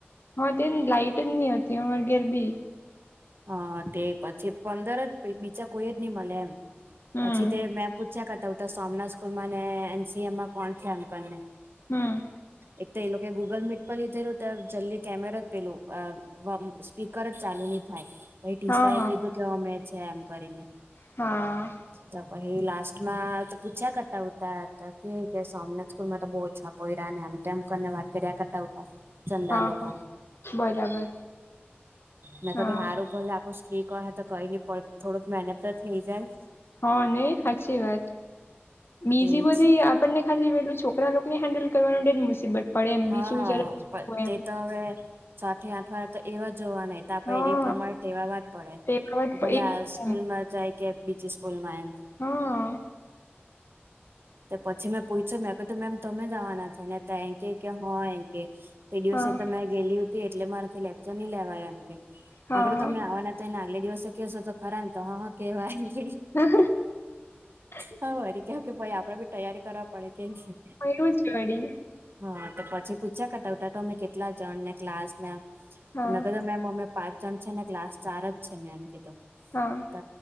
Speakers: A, on the left (about 65°); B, on the right (about 60°).
A: હા તે લાઇટ ની હોતી અમારે ઘર બી
B: હા તે પછી પંદર જ પહિ બીજા કોઈ જ નહી મલે એમ
A: હમ
B: પછી તે મેમ પૂછ્યા કરતા સોમનાથ સ્કૂલમાને એનસીએમમાં કોણ છે એમ કરીને
A: હમ
B: એક તો એ લોકો ગૂગલ મીટ પર લીધેલું તો જલ્દી કેમેરા પેલું અ આમ સ્પીકર જ ચાલુ નહી થાય પહિ ટીસા
A: હા હા
B: એ કીધું ગમે છે એમ કરીને
A: હા
B: તો પહિ લાસ્ટ માં તો પૂછ્યા કરતા હોતા કે સોમનાથ સ સ્કૂલમાં તો બહુ ઓછા પોયરા એમતેમ વાત કર્યા કરતા હતા ચંદા
A: હા
B: લોકો
A: હા
B: હ
A: બરાબર
B: મે કીધું
A: હા
B: હારુ ભલે આપડું કી કહે તો કઈ નહી પણ થોડુંક મહેનત તો થઇ જાય
A: હ નય સાચી વાત બીજી
B: એજ
A: બધી આપણને ખાલી પેલું છોકરા લોકોને હેન્ડલ કરવાનું તેજ મુસીબત પડે એમ
B: હા
A: બીજું જરા
B: પણ
A: હોય
B: તે
A: એમ
B: તો હવે છ થી આઠ વાળા તો એવા જ જોવા ના એતો આપડે
A: હા
B: એ પ્રમાણે તેવવાવા જ પડે
A: તે વાત
B: ભલે
A: પ- એ
B: આળસુ સ્કૂલ
A: એમ.
B: માં જાય કે બીજી સ્કૂલમાં એમ
A: હા
B: તે પછી મેં પૂછ્યું મેં કીધું મેમ તમે જાવા છે ને તય કે કે હ એમ કે તે દિવસે
A: હા
B: તમે ગેલી હતી એટલે મારેથી લેક્ચર ન લેવાયા એમ કે
A: હા
B: મેં કીધું તમે આવાના તેન આગલે દિવસે કેશો તો ખરા તો હ હ કેહેવાય
A: હા <inaudible>
B: હા વરી કે કે ભાઈ આપડે બી તૈયારી કરવા પડે કે નહી
A: તુજ વળી
B: હા તો પછી પૂછ્યા કરતા ઉતા તમે કેટલા જણ ને ક્લાસ ને
A: હા
B: મેં કીધું મેમ અમે પાંચ જણ છે ને ક્લાસ ચાર જ છે મેં એમ કીધું
A: હા
B: ત